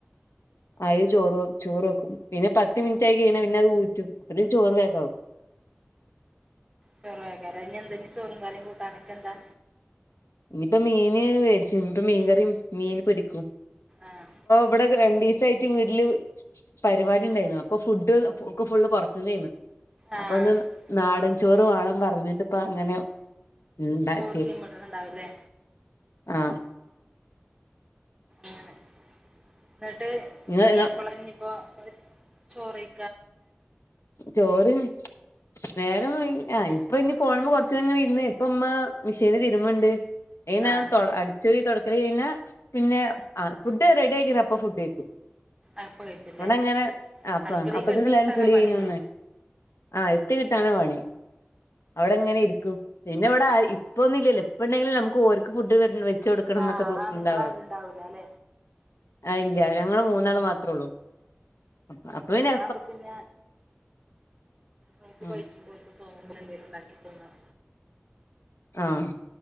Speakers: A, on the left (about 80°); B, on the right (about 20°).
A: അയ്ചോറ് ചോറ് വെക്കും പിന്നെ പത്ത് മിൻറ്റായി കയ്ഞ്ഞാ പിന്നത് ഊറ്റും അപ്പത്തിനും ചോറ് വേകാവും
B: ചോറുവേക്കാര ഇനി എന്തനി ചോറും കറീം കൂട്ടാനൊക്കെന്താ
A: യിപ്പ മീന് വേടിച് ഇനിപ്പ മീൻകറീം മീന് പൊരിക്കും
B: ആഹ
A: ഇവടെക്കെ രണ്ടീസായ്റ്റ് വീട്ട്ല് പരിവാടി ഇണ്ടായിരുന്നു അപ്പൊ ഫുഡ് ഒക്കെ ഫുള്ള് പൊറത്ത് ന്നേയ്ന്നു
B: ആഹ്
A: അപ്പന്ന് നാടൻചോറ്
B: അപ്പൊ
A: വേണം പറഞ്ഞിട്ട് ഇപ്പ അങ്ങനെ ഉണ്ടാക്കി
B: ചോറ് ചെയ്യ്മ്പോട്ടിട്ടുണ്ടാവൂല്ലേ
A: ആഹ്
B: അങ്ങനെ എന്നിട്ട്
A: ഇങ്ങ
B: ഇനി എപ്പള ഇനിപ്പോ പള് ചോറായി
A: ചോറ് നേരം ആയി ആഹ് ഇപ്പൊ ഇനി ഫോണമെ കൊറച്ചങ്ങനെ ഇര്ന്ന് ഇപ്പം ഉമ്മ മിഷീന് തിരുമ്പുണ്ട് ഏയിനേരം
B: ആഹ്
A: തുട അടിച്ചരി തുടക്കല കഴിഞ്ഞ പിന്നെ ആഹ് ഫുഡ് റെഡി ആക്കിന്നപ്പ ഫുഡ്ക്കും
B: അപ്പ കഴിക്കുംല്ലേ
A: ഇവിടെ അങ്ങനെ ആഹ് അപ്പ
B: അടുക്കളേക്ക്
A: അപ്പതിന്നെല്ലാരും
B: എത്തി കിട്ടാനാ
A: കുളികഴിഞ്ഞ്
B: പണില്ലേ
A: വാന്ന് ആഹ് എത്തിട്ടാണ് പണി അവിടെ ഇങ്ങനെ ഇരിക്കും പിന്നെ ഇവിടെ
B: ആഹ്
A: ആരി ഇപ്പൊന്നു ഇല്ലല്ലോ ഇപ്പ ഉണ്ടെങ്കിൽ നമുക്ക് ഓർക്ക് ഫുഡ് വേർന് വച്ച് കൊടുക്കണംന്നൊക്കെ
B: ആഹ്
A: തൊ
B: ആണുങ്ങളാരും
A: ഇണ്ടവാ
B: ഉണ്ടാവൂല അല്ലെ
A: ആ ഇല്ല ഞങ്ങൾ മൂന്നാള് മാത്രേ ഉള്ളൂ അപ്പ അപ്പിന്നെ
B: ആണുങ്ങളാവുമ്പോ പിന്നെ മൂ ഓർക്ക്‌
A: ഉം
B: പഴിച്ചുമ്പോല്ക്ക് തോന്നുമ്പോ എന്തേലും ഉണ്ടാക്കി തിന്നാം
A: ആഹ്